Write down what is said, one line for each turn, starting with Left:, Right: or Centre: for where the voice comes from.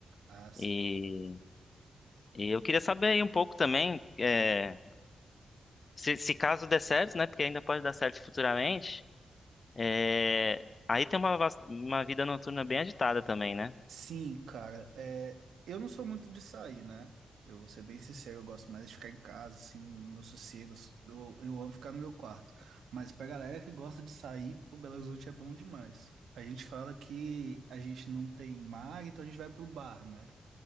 Right: Ah, sim.
Left: E, e eu queria saber aí um pouco também, é, se, se caso der certo, né, porque ainda pode dar certo futuramente, é, aí tem uma, vas- uma vida noturna bem agitada também, né?
Right: Sim, cara, é... eu não sou muito de sair, né? Eu vou ser bem sincero, eu gosto mais de ficar em casa, assim, no meu sossego. Eu, eu amo ficar no meu quarto. Mas pra galera que gosta de sair, o Belo Horizonte é bom demais. A gente fala que a gente não tem mar, então a gente vai pro bar, né?